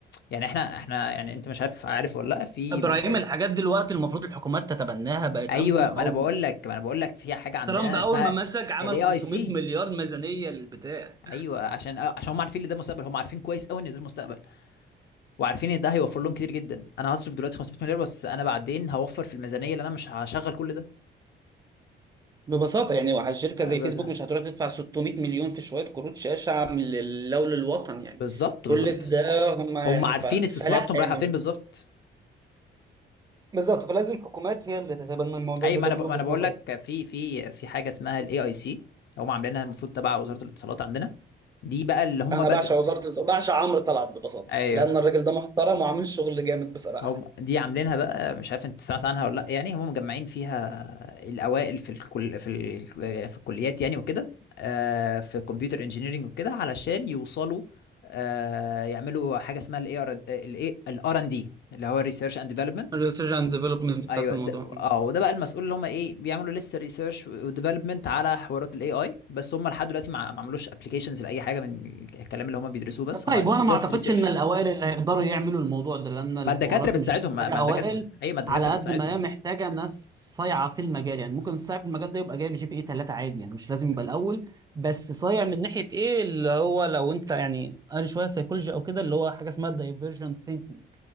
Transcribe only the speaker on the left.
يعني احنا احنا يعني انت مش عارف عارف ولا لا في
مركز
ايوه
ما انا بقول لك ما انا بقول لك في حاجه عندنا
اسمها
الاي
اي سي
ايوه عشان آه، عشان هم عارفين ان ده المستقبل هم عارفين كويس قوي ان ده المستقبل وعارفين ان ده هيوفر لهم كتير جدا انا هصرف دلوقتي 500 مليار بس انا بعدين هوفر في الميزانيه اللي انا مش هشغل كل ده
آه،
بس
بالظبط
بالظبط
هم عارفين
استثماراتهم
رايحه فين بالظبط
اي
ما
انا
ب...
ما انا بقول
لك في في في حاجه اسمها الاي اي سي هم عاملينها المفروض تبع وزاره الاتصالات عندنا دي بقى اللي هم
بدأ
ايوه
هم دي عاملينها بقى مش عارف انت سمعت عنها ولا لا يعني هم مجمعين فيها الاوائل في الكل في ال... في الكليات يعني وكده آه في كمبيوتر انجينيرنج وكده علشان يوصلوا آه يعملوا حاجه اسمها الاي ار الاي الار ان دي اللي هو ريسيرش اند ديفلوبمنت
ايوه
ده اه وده بقى المسؤول اللي هم ايه بيعملوا لسه ريسيرش وديفلوبمنت على حوارات الاي اي بس هم لحد دلوقتي ما ما عملوش ابلكيشنز لاي حاجه من الكلام اللي هم بيدرسوه بس
هم
جاست
ريسيرش
ما الدكاتره بتساعدهم
ما
ما الدكاتره
ايوه ما الدكاتره
بتساعدهم